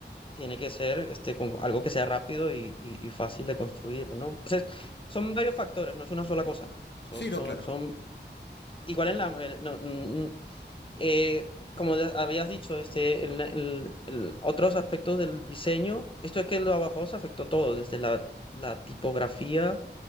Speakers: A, on the left (about 30°); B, on the left (about 65°).
A: tiene que ser este, como algo que sea rápido y, y- y fácil de construir, ¿no? Entonces, son varios factores, no es una sola cosa. Son,
B: Sí,
A: son,
B: no, claro.
A: son igual en la... eh, no, mm, mm, eh, como ya habías dicho, este, el, el- el- otros aspectos del diseño, esto es que lo abajo se afectó todo, desde la, la tipografía